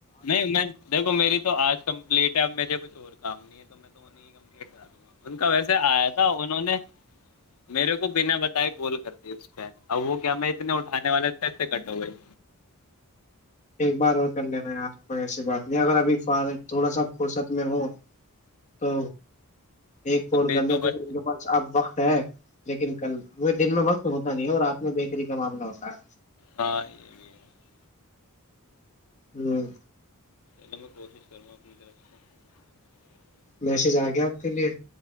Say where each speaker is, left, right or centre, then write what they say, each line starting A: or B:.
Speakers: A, on the left; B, on the left.
A: نہیں میں دیکھو میری تو آج کمپلیٹ ہے اب مجھے کچھ اور کام نہیں ہے میں تو انیں کمپینٹ کرا دوں گا <unintelligible> کا ویسے آیا تھا انہوں نے <unintelligible> میرے کو بنا بتائے بول کرتی اس پہ ا وہ کیا میں اتنے اٹھانے والے پے کٹ ہو گئی
B: ایک بار اور کر لینا ہے یار کوئی ایسی بات نہیں اگر ابھی فار تھوڑا سا فرصت میں ہو تو ایک کال
A: ابھی
B: کرنے
A: تو
B: کیک
A: بس
B: اب وقت لیکن کل وہ دن میں وقت ہوتا نہیں ہے اور رات میں بیکری معاملہ ہوتا ہے
A: ہاں یہ بھی ہے
B: ہوں
A: چلو میں کوشش کروں گ اپنی طرف سے <unintelligible>
B: میسج آ گیا آپ کے لیے